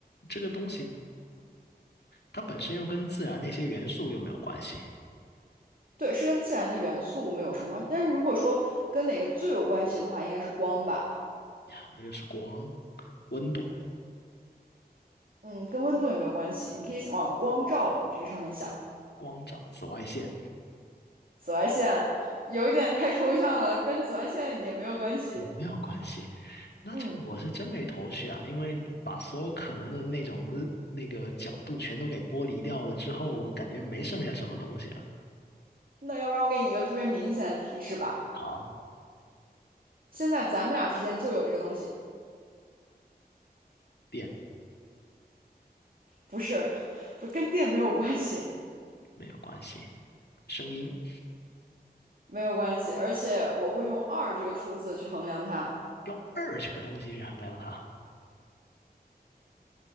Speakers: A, on the left; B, on the right.
A: 这个东西它本身又跟自然那些元素又没有关系
B: 对，是跟自然的元素没有什么关但是如果说跟哪个最有关系的话，应该是光吧。
A: 呀，也就是光、温度、
B: 嗯，跟温度也没有关系，你可以往光照这个上面想。
A: 光照、紫外线
B: 紫外线有一点太抽象了，跟紫外线也没有关系。
A: 也没有关系。那这个我是真没头绪啊，
B: 嗯，
A: 因为把所有可能的那种那个角度全都给剥离掉了之后，我感觉没剩下什么东西了。
B: 那要不然我给你一个特别明显的提示吧。
A: 好，
B: 现在咱们俩之间就有这个东西，
A: 电
B: 不是，不跟电没有关系，
A: 没有关系，声音
B: 没有关系。而且我会用二这个数字去衡量它。
A: 用二这个东西去衡量它。